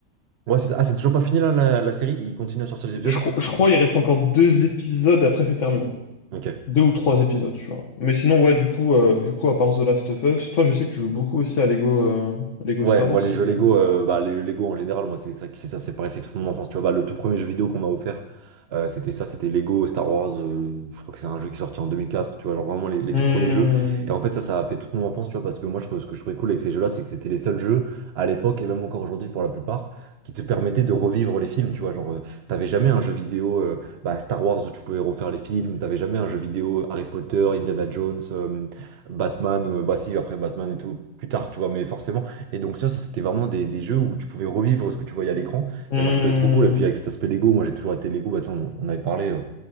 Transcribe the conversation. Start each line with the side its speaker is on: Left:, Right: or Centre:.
Right: Ouais, c'est ça. Ah, c'est toujours pas fini là, la, la série? Il continue à sortir les épisodes?
Left: Je, cro- je crois il reste encore deux épisodes et après c'est terminé.
Right: Ok.
Left: Deux ou trois épisodes, tu vois. Mais sinon, ouais, du coup, euh, du coup, à part The Last of Us, toi, je sais que tu joues beaucoup aussi à Lego, euh, Lego
Right: Ouais,
Left: Star
Right: moi
Left: Wars, si
Right: les jeux
Left: tu peux.
Right: Lego, euh, bah, les jeux Lego en général, moi c'est ça, c'est ça, c'est pareil, c'est toute mon enfance. Tu vois, bah, le tout premier jeu vidéo qu'on m'a offert, euh, c'était ça, c'était Lego Star Wars. euh, je crois que c'est un jeu qui est sorti en 2004. Tu vois, genre vraiment les, les
Left: Hmm,
Right: tout premiers jeux. Et en fait, ça, ça a fait toute mon enfance. Tu vois, parce que moi, je, trouve- ce que je trouvais cool avec ces jeux-là, c'est que c'était les seuls jeux à l'époque et même encore aujourd'hui pour la plupart qui te permettaient de revivre les films. Tu vois, genre euh, t'avais jamais un jeu vidéo euh, bah, Star Wars où tu pouvais refaire les films. T'avais jamais un jeu vidéo Harry Potter, Indiana Jones, euh, Batman. euh, bah si, après Batman et tout plus tard. Tu vois, mais forcément. Et donc ça, ça c'était vraiment des, des jeux où tu pouvais revivre ce que tu voyais à l'écran.
Left: hmm.
Right: Et moi je trouvais ça trop cool. Et puis avec cet aspect Lego, moi j'ai toujours été Lego, bah, ça, on, on avait parlé. euh,